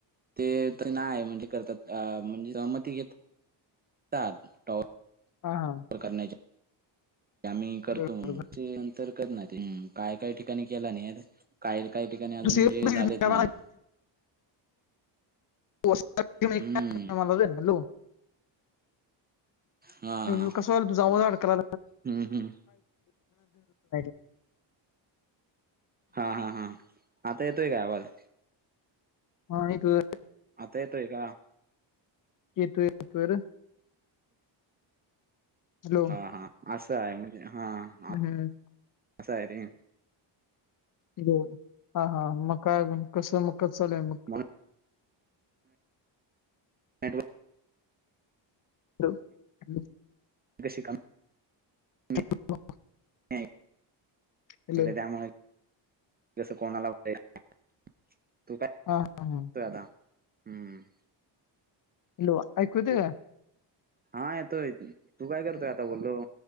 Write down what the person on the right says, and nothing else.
ते तरी नाय, म्हणजे करतात आ, म्हणजे सहमती घेतात टॉवर
<unintelligible> करण्याचे, आम्ही करतो
म्हणून, चे नंतर कळत नाही ते, हम्म, काही-काही ठिकाणी केला नेर काही-काही ठिकाणी अजून,
म्हणजे झालेच
नाहीयेत.
हं,
हां,
हां.
हं, हं.
हां हां हां, आता येतोय काय आवाज?
आता येतोय का?
अ हां असं हाय, म्हणजे हां.
असं आहे रे.
म्हणून अँडवो <unintelligible>
बेसिकम, ने
<unintelligible>
इकडे त्यामुळे जस कोणाला <unintelligible> तू काय करतोय
आता? हम्म.
तू
हां येतोय की, तू काय करतोय, आता? बोललो.